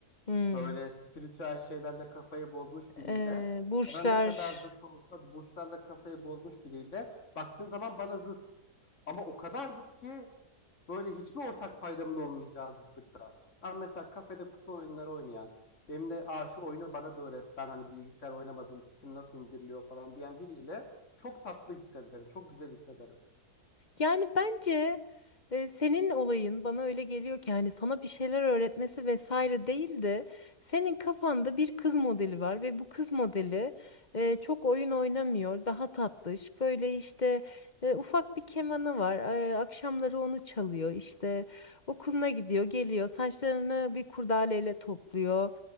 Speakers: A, on the left; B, on the left.
A: Hmm.
B: Böyle spiritüel şeylerle kafayı bozmuş biriyle
A: Ee, burçlar.
B: bana ne kadar zıt olsa da burçlarla kafayı bozmuş biriyle baktığın zaman bana zıt. Ama o kadar zıt ki böyle hiçbir ortak paydamın olmayacağı zıtlıkta. Ama mesela kafede kutu oyunları oynayan benim de Aa, şu oyunu bana da öğret ben hani bilgisayar oynamadım Steam nasıl indiriliyor falan diyen biriyle çok tatlı hissederim. Çok güzel hissederim.
A: Yani bence e, senin olayın bana öyle geliyor ki hani sana bir şeyler öğretmesi vesaire değil de senin kafanda bir kız modeli var ve bu kız modeli e, çok oyun oynamıyor, daha tatlış. Böyle işte e, ufak bir kemanı var. e, akşamları onu çalıyor. işte okuluna gidiyor, geliyor. Saçlarını bir kurdaleyle topluyor.